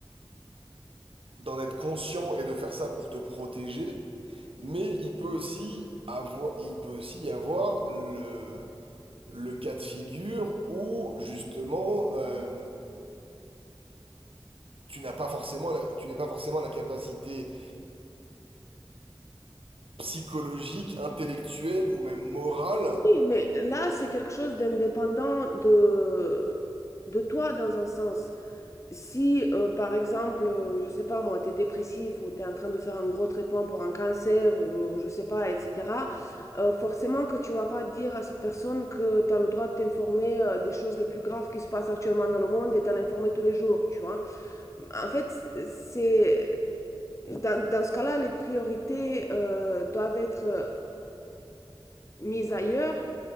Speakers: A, on the right (about 85°); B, on the left (about 35°).
A: d'en être conscient et de faire ça pour te protéger. Mais il peut aussi avoir, il peut aussi y avoir le, le cas de figure où justement euh, tu n'as pas forcément la- tu n'es pas forcément la capacité psychologique, intellectuelle ou même morale.
B: Oui, mais là, c'est quelque chose d'indépendant de, de toi dans un sens. Si, euh, par exemple, euh, je sais pas moi, t'es dépressif ou t'es en train de faire un gros traitement pour un cancer ou je sais pas, etc., euh, forcément que tu vas pas dire à cette personne que tu as le droit de t'informer euh, des choses les plus graves qui se passent actuellement dans le monde et t'en informer tous les jours, tu vois. En fait, c'est dans, dans ce cas-là, les priorités euh, doivent être euh, mises ailleurs